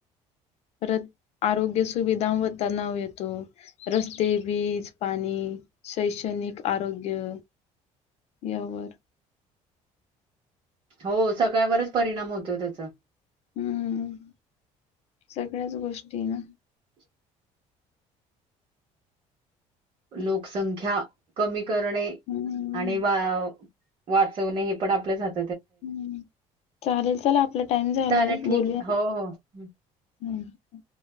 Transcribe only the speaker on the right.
हो सकाळवरच परिणाम होतो त्याचा
<unintelligible> लोकसंख्या कमी करणे
आणि वा वाचवणे हे पण आपल्याात
चालेल ठीक
आहे. हो हो